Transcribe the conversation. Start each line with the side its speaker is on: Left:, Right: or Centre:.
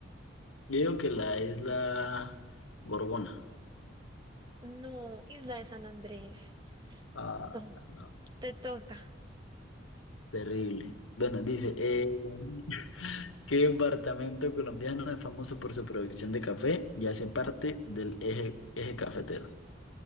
Left: yo digo que la isla Gorgona.
Right: No, Isla de San Andrés.
Left: Ah,
Right: Tom,
Left: no,
Right: te toca.
Left: terrible. Bueno, dice, eh, <laughs> ¿qué departamento colombiano es famoso por su producción de café y hace parte del eje, eje cafetero?